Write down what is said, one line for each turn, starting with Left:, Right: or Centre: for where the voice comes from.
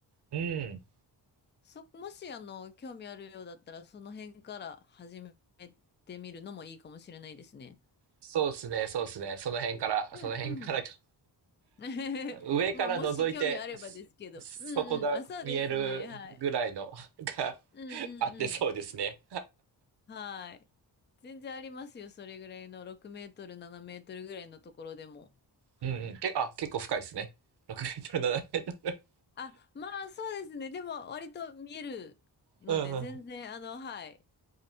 Right: うん。
Left: そ、もしあの、興味あるようだったらその辺から始めてみるのもいいかもしれないですね。
Right: そうっすね、そうっすね。その辺から、
Left: うんうん
Right: その辺からか、
Left: <laughs>
Right: 上から覗いて、
Left: まあ、もし興味あればですけど。
Right: そそこが見えるぐらいのが
Left: うんうん。あ、そうですね。はい。うんうんうん。
Right: あってそうですね。
Left: はい。全然ありますよ。それぐらいの6メートル、7メートルぐらいのところでも。はい。
Right: うんうん。け、あ、結構深いですね。6メートル、7メートル。
Left: あ、まあ、そうですね。でも、割と見えるので、
Right: うんうん。
Left: 全然、あの、はい。